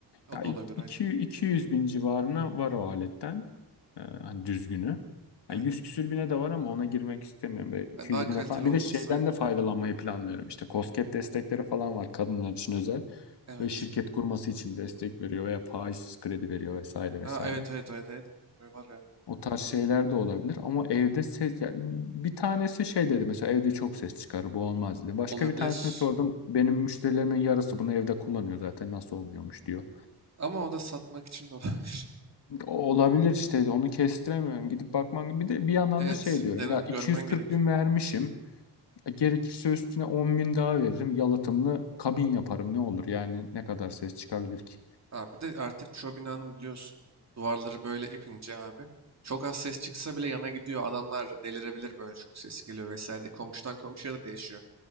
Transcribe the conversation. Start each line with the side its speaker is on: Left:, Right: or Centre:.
Right: O
Left: Ya
Right: da olabilir
Left: iki
Right: aynı.
Left: iki- yüz bin civarına var o aletten. Ee, hani düzgünü.
Right: Evet.
Left: Yani 100 küsür bine de var ama ona girmek istemiyorum. Böyle iki
Right: Yani daha
Left: yüz
Right: kaliteli
Left: bine falan. Bir
Right: olması
Left: de şeyden
Right: aynı.
Left: de faydalanmayı planlıyorum. İşte KOSGEB destekleri falan var kadınlar için özel.
Right: Evet.
Left: Ve şirket kurması için destek veriyor veya faizsiz kredi veriyor vesaire vesaire.
Right: Ha, evet evet evet evet. Var evet.
Left: O tarz şeyler de olabilir ama evde ses ya bir tanesi şey dedi mesela evde çok ses çıkar bu olmaz dedi. Başka
Right: Olabilir.
Left: bir tanesine sordum. Benim müşterilerimin yarısı bunu evde kullanıyor zaten nasıl olmuyormuş diyor.
Right: Ama o da satmak için de olabilir. <laughs>
Left: Olabilir işte onu kestiremiyorum. Gidip bakman bir de bir yandan
Right: Evet,
Left: da şey diyorum
Right: dene,
Left: ya 240
Right: görmen gerekiyor.
Left: bin vermişim. E, Gerekirse üstüne 10 bin daha veririm. Yalıtımlı kabin yaparım ne olur yani ne kadar ses çıkabilir ki?
Right: Ha, bir de artık çoğu binanın biliyorsun duvarları böyle ipince abi. Çok az ses çıksa bile yana gidiyor. Adamlar delirebilir böyle çok ses geliyor vesaire. diye. Komşudan komşuya da değişiyor.